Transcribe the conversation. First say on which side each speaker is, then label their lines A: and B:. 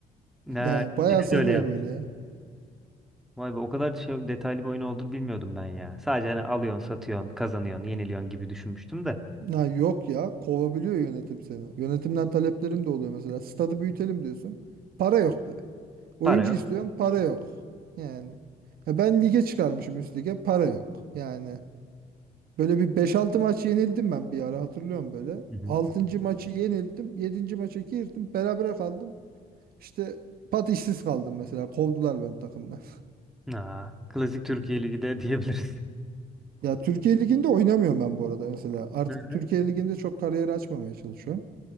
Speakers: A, in the centre; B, on the right.
A: Ne,
B: Yani bayağı
A: şey
B: sarıyor
A: de öyle
B: böyle ya.
A: Vay be o kadar şey, detaylı bir oyun olduğunu bilmiyordum ben ya. Sadece hani alıyorsun, satıyorsun, kazanıyorsun, yeniliyorsun gibi düşünmüştüm de.
B: Ya yok ya kovabiliyor yönetim seni. Yönetimden taleplerin de oluyor mesela. Stadı büyütelim diyorsun. Para yok diyor. Oyuncu
A: Para yok.
B: istiyorsun para yok. Yani ya ben lige çıkarmışım üst lige para yok. Yani Böyle bir beş altı maç yenildim ben bir ara hatırlıyorum böyle.
A: Hı hı.
B: altıncı maçı yenildim. yedinci maça girdim. Berabere kaldım. İşte pat işsiz kaldım mesela. Kovdular beni takımdan. <laughs>
A: Aa, klasik Türkiye Ligi de <laughs> diyebiliriz.
B: Ya Türkiye Ligi'nde oynamıyorum ben bu arada mesela. Artık
A: Nerede?
B: Türkiye Ligi'nde çok kariyer açmamaya çalışıyorum.